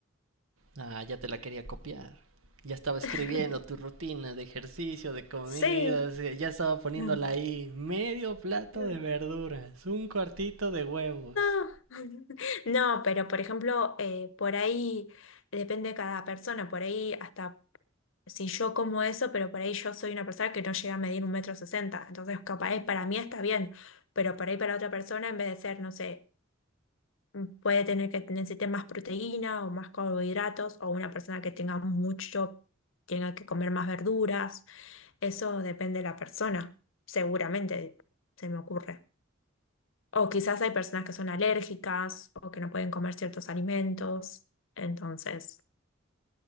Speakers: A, on the right; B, on the left.
A: Ah, ya te la quería copiar. Ya estaba escribiendo
B: <laughs>
A: tu rutina de ejercicio, de comidas,
B: Sí.
A: eh, ya estaba poniéndola
B: Mm.
A: ahí. Medio plato
B: No,
A: de verduras, un cuartito de huevos.
B: <laughs> no, pero por ejemplo, eh, por ahí depende de cada persona, por ahí hasta si yo como eso, pero por ahí yo soy una persona que no llega a medir un metro sesenta, entonces capaz es- para mí está bien, pero por ahí para otra persona en vez de ser, no sé, mm, puede tener que necesite más proteína o más carbohidratos o una persona que tenga mucho, tenga que comer más verduras. Eso depende de la persona, seguramente se me ocurre. O quizás hay personas que son alérgicas o que no pueden comer ciertos alimentos. Entonces,